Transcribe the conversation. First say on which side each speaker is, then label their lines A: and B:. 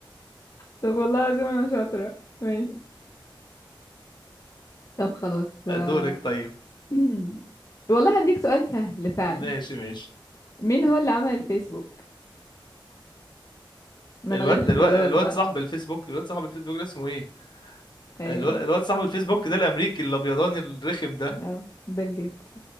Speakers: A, on the left; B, on the left.
A: طب والله العظيم انا شاطرة ماشي طب خلاص
B: دورك طيب
A: <clears throat> والله هديك سؤال سهل فعلا
B: ماشي ماشي
A: مين هو اللي عمل الفيسبوك من
B: الواد
A: غير اختيارات
B: الواد الواد
A: بقى
B: صاحب الفيسبوك الواد صاحب الفيسبوك ده اسمه ايه
A: ايوه
B: الواد, الواد صاحب الفيسبوك ده الامريكي الابيضاني الرخم ده
A: اه بيل جيتس